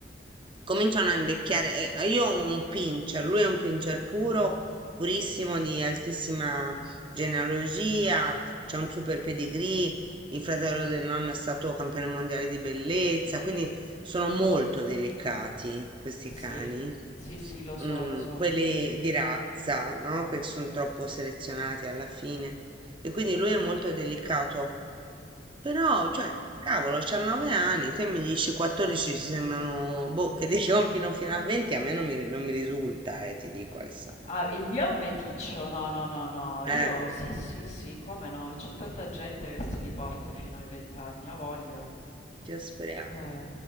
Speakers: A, on the right; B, on the left.
A: cominciano a invecchiare. eh, eh, Io ho un pincher, lui è un pincher puro, purissimo, di altissima genealogia, c'è un super pedigree,
B: Ok,
A: il fratello
B: ok.
A: del nonno è stato campione mondiale di bellezza, quindi sono molto delicati questi
B: Sì,
A: cani.
B: sì, sì, lo so,
A: mm,
B: lo so.
A: quelli di razza, no? Perché sono troppo selezionati alla fine. E quindi lui è molto delicato però, cioè, cavolo, c'ha nove anni, te mi dici 14 ci sembrano, boh, che ti <laughs> compino fino a 20, a me non mi, non mi risulta, eh, ti dico, Alessandra.
B: Ah, il mio è un meticcio, no, no, no, no.
A: Eh,
B: Io sì, sì, sì, come no? C'è tanta gente che se li porta fino ai vent'anni, ha voglia.
A: ci speriamo.
B: Eh,